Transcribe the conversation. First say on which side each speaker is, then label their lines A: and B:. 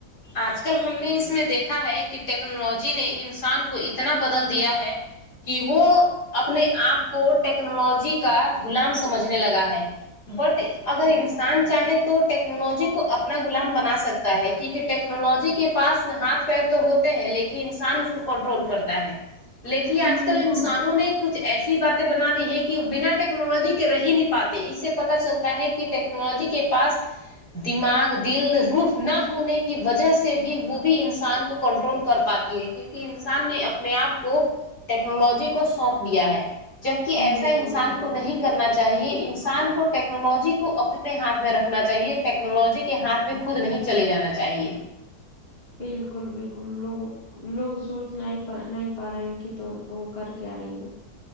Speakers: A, on the left; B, on the left.
A: آج کل ہم نے اس میں دیکھا ہے کہ ٹیکنالوجی نے انسان کو اتنا بدل دیا ہے کہ وہ اپنے آپ کو ٹیکنالوجی کا غلام سمجھنے لگا ہے بٹ اگر
B: بالکل
A: انسان چاہے تو ٹیکنالوجی کو اپ نا غلام بنا سکتا ہے کیونکہ ٹیکنالوجی کے پا س نہ ہاتھ پیر تو ہوتے ہیں لیک انسان اس کو کنٹرول کرتا ہے لیکن
B: بالکل
A: آج کل انسانوں نے کچھ ایسی باتیں بنا دی ہیں کہ بنا ٹیکنالوجی کے رہ ہی نہیں پاتے اس سے پتا چلتا ہے کہ کہ ٹیکنالوجی کے پاس دماغ د دل روح نہ ہونے کی وجہ سے بھی وہ بھی انسان کو کنٹرول کر پاتی ہے کہ کیونکہ انسان نے اپنے آپ کو ٹیکنالوجی کو سونپ دیا ہے جبکہ ایسا
B: بالکل
A: انسان
B: بالکل
A: کو نہیں کرنا چاہیے انسان کو ٹیکنالوجی کو اپنے ہاتھ میں رکھنا چاہیے ٹیکنالوجی کے کے ہاتھ میں خود نہیں چلے جانا چاہیے
B: بالکل بالکل لوگوں لوگ سوچنا ہی نہیں پا رہے ہیں کہ تم وہ کر کیا رہی ہو